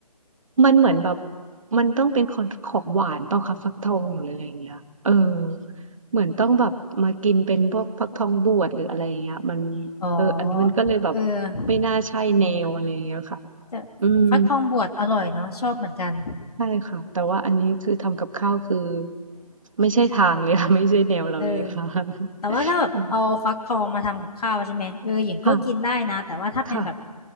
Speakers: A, on the right; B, on the left.
A: มันเหมือนแบบมันต้องเป็นของของหวานเปล่าคะฟักทองหรืออะไรอย่างเงี้ยเออเหมือนต้องแบบมากินเป็นพวกฟักทองบวชหรืออะไรอย่างเงี้ยมัน
B: อ๋อ
A: เอออันนี้มันก็เลยแบบ
B: เออ
A: ไม่น่าใช่แนวอะไรอย่างเงี้ยค่ะ
B: จะ
A: อืม
B: ฟักทองบวชอร่อยเนาะชอบเหมือนกัน
A: ใช่ค่ะแต่ว่าอันนี้คือทำกับข้าวคือไม่ใช่ทางเลยค่ะ <laughs> ไม่ใช่แนวเราเลยค่ะ
B: เออแต่ว่าถ้าแบบเอาฟักทองมาทำกับข้าวใช่ไหม
A: <laughs> อืม
B: เออหญิงก็กินได้นะ
A: ค่ะ
B: แต่ว่าถ้าเป็นแบบ
A: ค่ะ